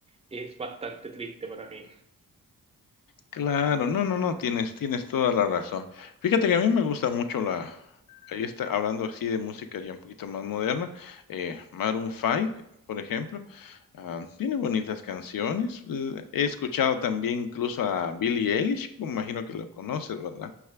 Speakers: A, on the right; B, on the left.
A: Es bastante triste para mí.
B: Claro, no, no, no, tienes, tienes toda la razón. Fíjate que a mí me gusta mucho la, ahí está, hablando así de música ya un poquito más moderna, eh, Maroon 5, por ejemplo, Ah, tiene bonitas canciones. L- He escuchado también incluso a Billie Eilish, me imagino que lo conoces, ¿verdad?